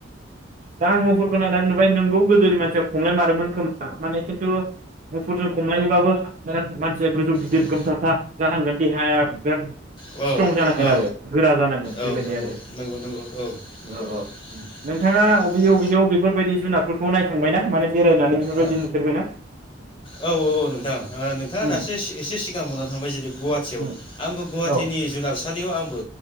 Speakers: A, on the right; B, on the left.
A: दा आं मुफुरखौ नायनानै नुबाय नोंगौ गोदोनि मानसिया खमलाय मारोमोन खोमा माने खिन्थु मुफुरजों खमलायोबाबो बेराद मान सि गोजौ गिदिर
B: उम
A: गोमथाथा जानांगोन। देहाया बिरात
B: औ
A: स्ट्रं जानांगोन
B: औ
A: आरो गोरा जानांगोन बेबायदि
B: औ नंगौ
A: आरो।
B: नंगौ नंगौ औ नंगौ
A: औ औ
B: उम
A: नोंथाङा अबे
B: उम
A: अबेयाव बेफोरबायदि जुनारफोर खौ नायखांबायना माने बेरायनानै बेफोरबायदि
B: ओ
A: नुफेरबायना
B: औ औ नोंथां ओ नोंथाङा
A: उम
B: दासो एसे सिगां बुंनानै थांबाय जेरै गुवाहाटियाव
A: उम
B: आंबो गुवाहाटिनि
A: औ
B: जुनारसालिआव आं बो